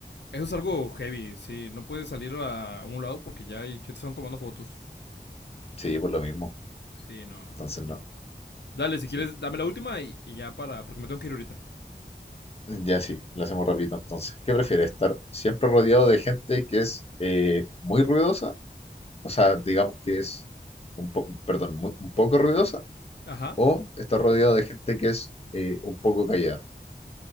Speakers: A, on the left (about 85°); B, on the left (about 35°).
A: Eso es algo heavy, sí. No puedes salir a, a un lado porque ya, hay, te están tomando fotos.
B: sí, por lo mismo.
A: Sí, no.
B: Entonces, no,
A: Dale, si
B: sí.
A: quieres, dame la última y, y ya para, porque me tengo que ir ahorita.
B: Ya sí, lo hacemos rapidito entonces. ¿Qué prefieres? ¿Estar siempre rodeado de gente que es eh, muy ruidosa? O sea, digamos que es un po- perdón, muy- un poco ruidosa,
A: Ajá.
B: o estar rodeado de gente que es eh, un poco callada.